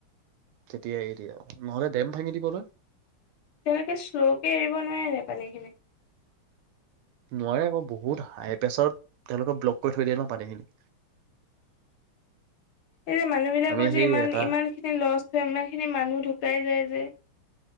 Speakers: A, on the right; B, on the left.
A: তেতিয়াাই এৰি আৰু নহ'লে ডেম ভাঙি দিব যে।
B: তেওঁলোকে শ্ল'কে এৰিব নোৱাৰে নে পানীখিনি
A: নোৱাৰে আকৌ বহুত হাই প্ৰেছাৰত তেওঁলোকে ব্লক কৰি থৈ দিয়ে ন পানীখিনি
B: <inaudible> সেই যে মানুহ বিলাকৰ
A: আমি
B: যে
A: সেই
B: ইমান
A: এটা
B: ইমান খিনি লষ্ট হয় ইমান খিনি মানুহ ঢুকাই যায় যে।